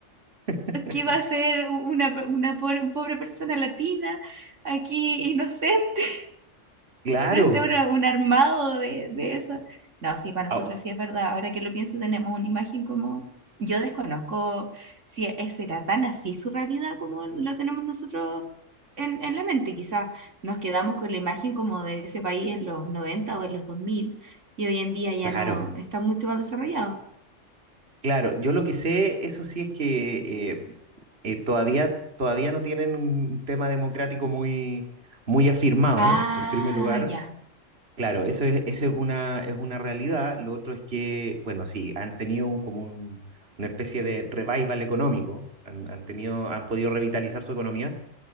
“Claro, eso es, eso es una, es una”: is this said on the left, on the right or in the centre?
Right